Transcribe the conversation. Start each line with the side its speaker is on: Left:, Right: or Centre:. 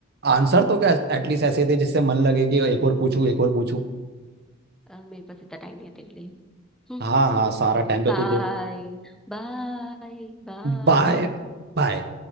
Right: आंसर तो क्या एटलीस्ट ऐसे दे जिससे मन लगे कि एक और पूछूं एक और पूछूं
Centre: अ, मेरे पास इतना टाइम नहीं है तेरे लिए
Right: हाँ हाँ सारा टाइम तो
Centre: Bye
Right: तू दो
Centre: bye bye
Right: बाय बाय